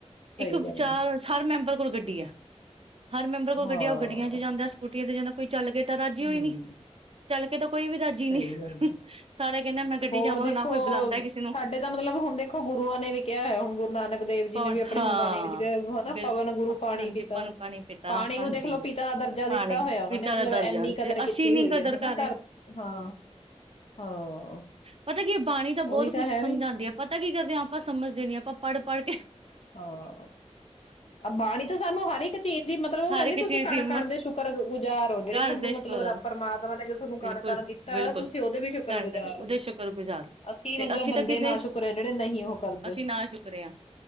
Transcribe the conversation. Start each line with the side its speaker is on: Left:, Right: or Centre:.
Left: ਸਹੀ
Right: ਇੱਕ
Left: ਗੱਲ
Right: ਚਾਰ
Left: ਹੈ
Right: ਸਾਰੇ ਮੈਂਬਰ ਕੋਲ ਗੱਡੀ ਹੈ। ਹਰ ਮੈਂਬਰ ਕੋਲ
Left: ਹਾਂ
Right: ਗੱਡੀਿਆ ਉਹ ਗੱਡੀਆਂ ਚ ਜਾਂਦਾ ਸਕੂਟੀਆਂ ਤੇ ਜਾਂਦਾ ਕੋਈ ਚੱਲ ਕੇ ਤਾਂ ਰਾਜੀ
Left: ਹਮ
Right: ਹੋਈ ਨੀ। ਚੱਲ ਕੇ ਤਾਂ ਕੋਈ ਵੀ ਰਾਜੀ
Left: ਸਹੀ
Right: ਨੀ
Left: ਗੱਲ ਹੈ
Right: ਸਾਰੇ ਕਹਿੰਦੇ ਮੈਂ ਗੱਡੀ
Left: ਹੋਰ
Right: ਜਾਵਾਂ
Left: ਦੇਖੋ,
Right: ਨਾ ਕੋਈ ਬੁਲਾਉਂਦਾ ਕਿਸੇ ਨੂੰ
Left: ਸਾਡੇ ਤਾਂ ਮਤਲਬ ਹੁਣ ਦੇਖੋ ਗੁਰੂਆਂ ਨੇ ਵੀ ਕਿਹਾ ਹੋਇਆ ਹੁਣ ਗੁਰੂ ਨਾਨਕ ਦੇਵ ਜੀ
Right: ਪਵਨ
Left: ਨੇ ਵੀ ਆਪਣੀ
Right: ਹਾਂ
Left: ਹੁਣ ਬਾਣੀ ਵਿੱਚ ਹਨਾ
Right: ਬਿਲਕੁਲ
Left: ਪਵਨ ਗੁਰੂ ਪਾਣੀ
Right: ਹਾਂਜੀ
Left: ਪੀਤਾ
Right: ਆਪਾਂ ਨੂੰ ਪਾਣੀ ਪਿਤਾ
Left: ਪਾਣੀ ਨੂੰ
Right: ਹਾਂਜੀ
Left: ਦੇਖਲੋ ਪਿਤਾ ਦਰਜਾ ਦਿੱਤਾ
Right: ਪਾਣੀ
Left: ਹੋਇਆ, ਉਹਨਾਂ
Right: ਪਿਤਾ
Left: ਨੇ ਮਤਲਬ
Right: ਦਾ
Left: ਐੰਨੀ
Right: ਦਰਜਾ
Left: ਕਦਰ
Right: ਤੇ
Left: ਕੀਤੀ
Right: ਅਸੀਂ ਨੀ
Left: ਹੋਈ
Right: ਕਦਰ
Left: ਐ। ਨਾ
Right: ਕਰ ਰਹੇ
Left: ਧਰ ਹਾਂ ਹਾਂ,
Right: ਪਤਾ ਕੀ ਬਾਣੀ ਤਾਂ ਬਹੁਤ
Left: ਉਹੀ
Right: ਕੁੱਛ
Left: ਹੈ
Right: ਸਮਝਾਉਂਦੀ
Left: ਵੀ
Right: ਆ ਪਤਾ ਕੀ ਕਰਦੇ ਹ ਆਪਾਂ ਆਪਾਂ ਸਮਝਦੇ ਨੀ ਆਪਾ ਪੜ ਪੜ।
Left: ਹਾਂ, ਬਾਣੀ ਤਾਂ ਸਾਨੂੰ ਹਰ ਇੱਕ ਚੀਜ਼ ਦੀ ਮਤਲਬ ਉਹ
Right: ਹਰ
Left: ਕਹਿੰਦੀ
Right: ਇੱਕ
Left: ਤੁਸੀਂ
Right: ਚੀਜ਼
Left: ਕਣ
Right: ਦੀ ਹਿੰਮਤ
Left: ਕਣ ਦੇ ਸ਼ੁਕਰ ਗੁਜ਼ਾਰ ਹੋ ਜਿਹੜੀ
Right: ਘਰ
Left: ਤੁਹਾਨੂੰ
Right: ਦੇ
Left: ਮਤਲਬ
Right: ਸ਼ੁਕਰ
Left: ਰਬ ਪਰਮਾਤਮਾ ਨੇ ਤੁਹਾਨੂੰ ਕਣ
Right: ਬਿਲਕੁਲ
Left: ਕਣ ਦਿੱਤਾ,
Right: ਬਿਲਕੁਲ
Left: ਤੁਸੀਂ ਉਹਦੇ ਵੀ ਸ਼ੁਕਰਗੁਜ਼ਾਰ
Right: ਕਣ ਕਣ ਉਹਦੇ
Left: ਹੋ
Right: ਸ਼ੁਕਰ ਗੁਜ਼ਾਰ
Left: ਅਸੀਂ
Right: ਤੇ
Left: ਮਤਲਬ ਬੰਦੇ
Right: ਤਾਂ ਕਿਸੇ
Left: ਨਾ ਸ਼ੁਕਰੇ ਜਿਹੜੇ ਨਹੀਂ ਉਹ ਕਰਦੇ।
Right: ਅਸੀਂ ਨਾ ਸ਼ੁਕਰੇ ਹਾਂ